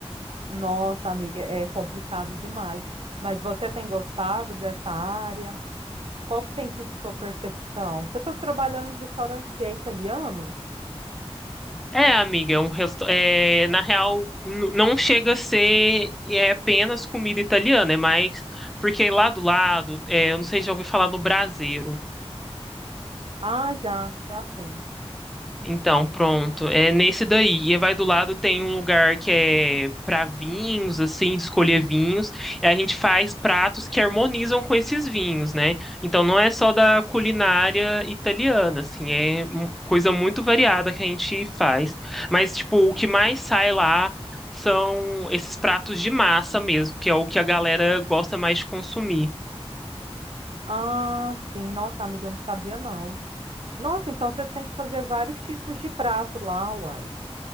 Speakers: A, on the right; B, in the centre.
A: Nossa, amiga, é complicado demais. Mas você tem gostado dessa área? Qual que tem sido sua percepção? Você está trabalhando em restaurante que é italiano?
B: É, amiga, é um resta- é, na real, n- não chega a ser é, apenas comida italiana, é mais porque lá do lado, é, eu não sei se já ouvi falar no braseiro.
A: Ah, já, já sim.
B: Então, pronto. É nesse daí. E vai do lado tem um lugar que é para vinhos, assim, de escolher vinhos. E a gente faz pratos que harmonizam com esses vinhos, né? Então não é só da culinária italiana, assim, é mu- coisa muito variada que a gente faz. Mas, tipo, o que mais sai lá são esses pratos de massa mesmo, que é o que a galera gosta mais de consumir.
A: Ah, sim. Nossa, amiga, eu não sabia não. Nossa, então você tem que fazer vários tipos de prato lá, uai.